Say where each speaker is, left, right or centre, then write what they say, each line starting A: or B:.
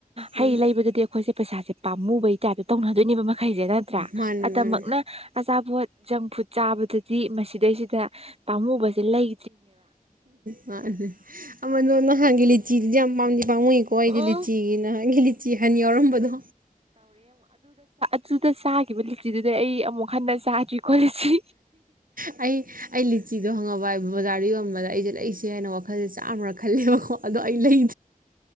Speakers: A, on the right (about 40°); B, on the right (about 70°).
A: ꯍꯩ
B: ꯎꯝ
A: ꯂꯩꯕꯗꯗꯤ ꯑꯩꯈꯣꯏꯁꯦ ꯄꯩꯁꯥꯁꯦ ꯄꯥꯝꯃꯨꯕꯩ ꯇꯥꯏꯞꯇꯣ ꯇꯧꯅꯗꯣꯏꯅꯦꯕ ꯃꯈꯩꯁꯦ ꯅꯠꯇ꯭ꯔꯥ
B: ꯃꯥꯅꯦ
A: ꯑꯗꯃꯛꯅ
B: ꯃꯥꯅꯦ
A: ꯑꯆꯥꯄꯣꯠ ꯖꯪ ꯐꯨꯗ ꯆꯥꯕꯗꯗꯤ ꯃꯁꯤꯗꯩꯁꯤꯗ ꯄꯥꯝꯃꯨꯕꯁꯦ ꯂꯩ
B: ꯃꯥ ꯑꯃ ꯅꯅ ꯍꯥꯒꯦ ꯆꯤꯖ ꯌꯥꯝ ꯄ ꯄꯥꯝꯃꯨꯏꯀꯣ ꯑꯩꯒꯤ
A: ꯎꯝ
B: ꯂꯤꯆꯤꯒꯤꯅ ꯑꯩꯒꯤ ꯂꯤꯆꯤ ꯍꯥꯟꯅ ꯌꯥꯎꯔꯝꯕꯗꯣ
A: ꯑꯗꯨꯨꯗ ꯆꯥꯈꯤꯕ ꯂꯤꯆꯤꯗꯨꯗꯩ ꯑꯩ ꯑꯃꯨꯛ ꯍꯟꯅ ꯆꯥꯗ꯭ꯔꯤ ꯀꯁꯤ
B: ꯑꯩ ꯑꯩ ꯂꯤꯆꯤꯗꯣ ꯍꯪꯉꯕ ꯕꯖꯥꯔꯗ ꯌꯣꯟꯕꯗ ꯑꯩꯁꯦ ꯂꯩꯁꯦ ꯍꯥꯏꯅ ꯋꯥꯈꯜꯁꯦ ꯆꯥꯝꯃ꯭ꯔ ꯈꯜꯂꯦꯕꯀꯣ ꯑꯗꯣ ꯑꯩ ꯂꯩ